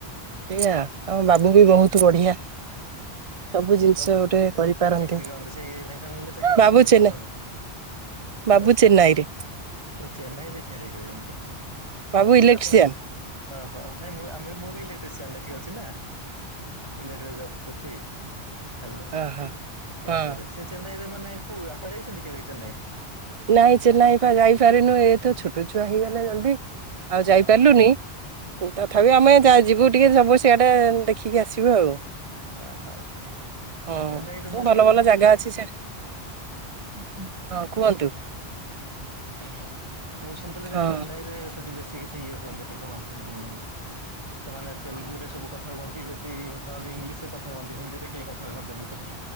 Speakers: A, on the right; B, on the right.
A: ଏଇଆ ଆମ ବାବୁ ବି ବହୁତ ବଢିଆ। ସବୁ ଜିନିଷ
B: ବାବୁ
A: ଗୋଟେ କରିପାରନ୍ତି
B: କୋଉଠି ଚାକିରି କରନ୍ତି ସେଇ ଢେଙ୍କାନାଳରେ ଚାକିରି କରନ୍ତି
A: ଭାବୁଛ
B: ଭୁବନରେ
A: ନା
B: ହ୍ୟାଲୋ
A: ବାବୁ ଚେନ୍ନାଇ ରେ।
B: ଓ ଚେନ୍ନାଇ ରେ ଚାକିରି କରନ୍ତି,
A: ବାବୁ
B: ବହୁତ
A: ଇଲେକ୍ଟ୍ରିସିଆନ
B: ଦୂରରେ ଆପଣ ଚେ ଓହୋ, ନାଇଁ ମୁଁ ଆମେ ବି ମୁଁ ବି ଇଲେକ୍ଟ୍ରିସିଆନ ଏଠି ଅଛି ନା, ଇଲେକ୍ଟ୍ର ଜବ କରଚି, ହ୍ୟାଲୋ,
A: ହଁ ହଁ
B: କେଉଁଝର
A: ହଁ
B: ଆସ୍ ସେ ଚେନ୍ନାଇରେ ମାନେ କଉ, ଆପଣ ଯାଇଛନ୍ତି କେବେ ଚେନ୍ନାଇ?
A: ନାଇଁ ଚେନ୍ନାଇ ପା ଯାଇପାରିନୁ, ଏ ତ ଛୋଟ ଛୁଆ ହେଇଗଲେ ଜଲ୍ଦି। ଆଉ
B: ଓହୋ
A: ଯାଇ ପାରିଲୁନି। ତଥାପି ଆମେ ଯା ଯିବୁ ଟିକେ ସବୁ ସିଆଡେ ଦେଖିକି ଆସିବୁ ଆଉ।
B: ଓହୋ
A: ହଁ,
B: ଚେନ୍ନାଇରେ ମୁଁ
A: ଭଲ ଭଲ ଜାଗା ଅଛି, ସି
B: ହୁଁ ହୁଁ।
A: ହଁ, କୁହନ୍ତୁ।
B: ଓହ, ମୁଁ ଶୁଣିଥିଲି
A: ହଁ
B: ଯେ ଚେନ୍ନାଇ ରେ ସେଠି ବେଶୀ କିଛି ଟି ଇଏ ହୁଅନ୍ତିନି କଣ, ହୁଁ। ସେମାନେ ତେଲୁଗୁରେ ସବୁ କଥା କୁହନ୍ତି, ବେଶୀ ଧ ଇଂଲିଶ ରେ କଥା କୁହନ୍ତି, ହିନ୍ଦୀରେ କେହି କଥା ହୁଅନ୍ତିନି ସେଠି,